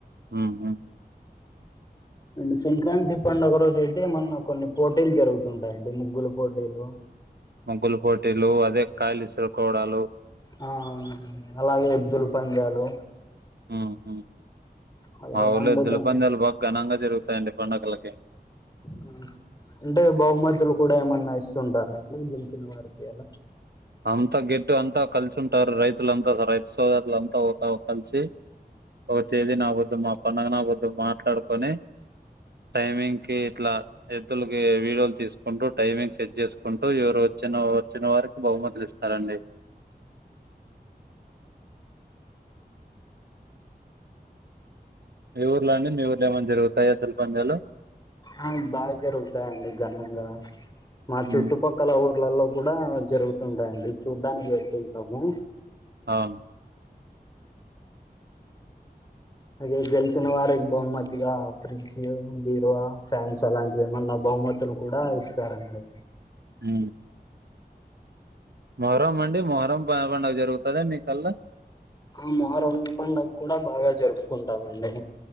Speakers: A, on the right; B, on the left.
A: ఊహు
B: అంటె సంక్రాంతి పండుగ రోజేతె అయితే మన్న కొన్ని పోటీలు జరుగుతుంటాయండి ముగ్గుల పోటీలు
A: ముగ్గులు పోటీలు అదే కాయలిసురుకోడాలు
B: ఆ అవున అలాగే ఎద్దుల్ పందాలు
A: ఊహు
B: అలా
A: మా ఊళ్ల
B: అండ్
A: ఎద్దులపందాలు
B: దా
A: బాగా ఘనంగా జరుగుతయి తాయండి పండగలకి
B: హు అంటే బహుమతులు కూడా ఏమన్నా ఇస్తుంటార అండి గెలిచిన వారికి అలా
A: అంతా గెట్టు అంతా కలిసి ఉంటారు రైతులంతాస రైతు సోదరులు అంతా వోతావు కలిసి ఓతేేది నాపోద్దు మా పండగ నా పోద్దు మాట్లాడుకొని టైమింగ్ కి ఇట్లా ఎద్దులకి వీడియోలు తీసుకుంటూ టైమింగ్ సెట్ చేసుకు కుంటూ ఎవరు వచ్చిన వచ్చిన వారికి బహుమతులు ఇస్తారండి. మీ ఊర్లో అండి మీ ఊర్లో ఏమన్నా జరుగుతాయా ఎద్దుల్ పందాలు
B: ఆ బాగా జరుగుతాయండి ఘనంగా మా
A: హ్మ్.
B: చుట్టుపక్కల ఊర్లలో కూడా జరుగుత తుంటాయండి చూడ్డానికి వెళ్తుంటాము.
A: అవును
B: ఇగ గెలిచిన వారికి బహుమతిగా ఫ్రిడ్జ్ బీరువా ఫ్యాన్స్ అలాంటివి ఏమన్నా బహుమతులు కూడా ఇస్తారండి.
A: ఊ మొహరం అండి మొహరం పం పండుగ జరుగుతుదా మీకల్లా
B: ఆ మొహరం పండుగ కూడా బాగా జరుపుకుంటామండి.